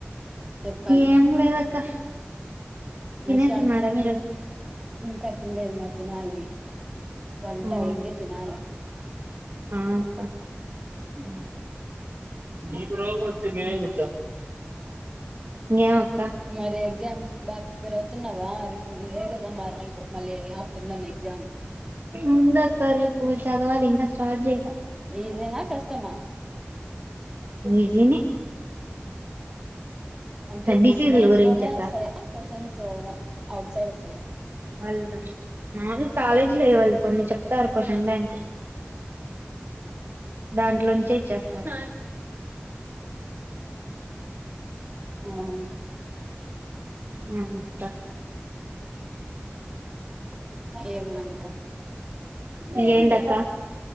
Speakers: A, on the right (about 15°); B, on the right (about 55°).
A: చెప్పాలి
B: ఏం లేదక్క తినేస్తున్నారా
A: షాపింగ్ ఎందుకు
B: మీరు
A: ఇంకా తినాలేదు మ్మా తినాలి వంట
B: ఆ
A: అయ్యింది తినాలి
B: ఆ అక్క
A: మ్మ్
B: ఓ రొగం వచ్చి నిను ఉంటా ఇం <inaudible>
A: మరి ఎగ్జామ్ బాగా ప్రిపేర్ అవుతున్నావా రేపు ఉంది కదా మార్నింగ్ మళ్ళీ ఆఫ్టర్నూన్ ఎగ్జామ్
B: ఉందక్క రేపు చదవాలి ఇంకా స్టార్ట్ చేయలే
A: ఈజీనా కష్టమా
B: ఇజినే
A: అంటే
B: డిసీజుల
A: బుక్ వైజ్
B: గురించి
A: లోనే
B: అక్క
A: వస్తాయా కొశ్శన్స్ ఔట్ సైడ్ వస్తాయా
B: వాళ్ళు మామూలు కాలేజీ లే వాళ్ళు కొన్ని చెప్తారు క్వషన్ బ్యాంక్ దాంట్లోంచే ఇచ్చె తేస్తారు
A: అవును
B: ఆ అక్క
A: ఏమ్మా ఇంకా
B: ఇంగా ఎంటక్క